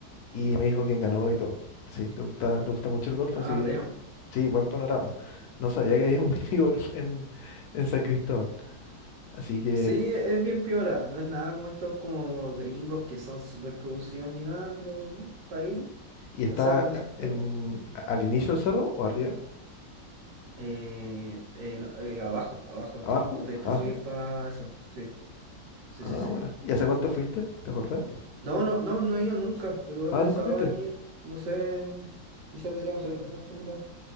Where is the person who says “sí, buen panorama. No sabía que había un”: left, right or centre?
Left